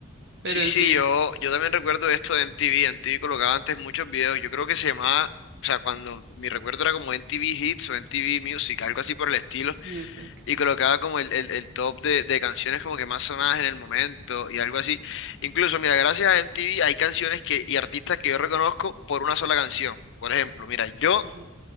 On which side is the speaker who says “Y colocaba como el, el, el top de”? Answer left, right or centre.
Left